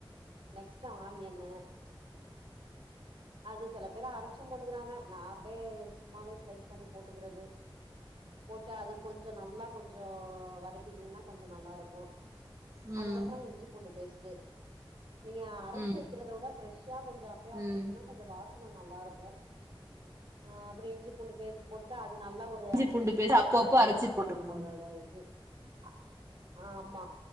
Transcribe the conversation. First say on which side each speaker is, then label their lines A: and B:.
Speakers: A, on the right (about 85°); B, on the right (about 35°).
A: நெக்ஸ்டு ஆனியன்னு அது செல பேரு அரைச் சி போட்டுக்கறாங்க நா அப்டியே சும்மாவே ஸ்லைஸ் பண்ணி போட்டுக்கிறது போட்டு அது கொஞ்சோ நல்லா கொஞ்சோ வதக்கிட்டீங்கன்னா கொஞ்சோ நல்லா இருக்கு
B: உம்
A: அதுக்கப்புறோ இஞ்சி பூண்டு பேஸ்ட்டு நீங்க அரைச்சு
B: ம்
A: வைக்கிறத விட ஃப்ரஷா கொஞ்சோ அப்பயே அரைச்சுட்டீங்கன்னா
B: ம்
A: கொஞ்சோ வாச நல்லா இருக்கு ஆஹ் அப்றம் இஞ்சி பூண்டு பேஸ்ட் போட்டுட்டு அ து நல்லா ஒரு
B: இஞ்சி
A: அஞ்சு
B: பூண்டு
A: நிமிஷமாவது
B: பேஸ்ட் அப்போ
A: வதங்கணு
B: அப்போ அரைச்சி
A: பச்ச
B: போட்டுக்கணும்
A: வாட போற அளவுக்கு ஆஹ் ஆமா